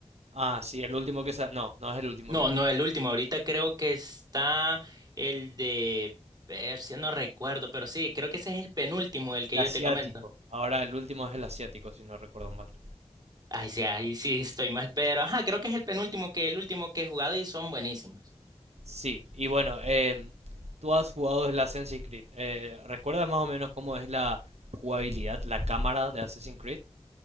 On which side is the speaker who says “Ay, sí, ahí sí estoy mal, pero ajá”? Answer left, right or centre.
Right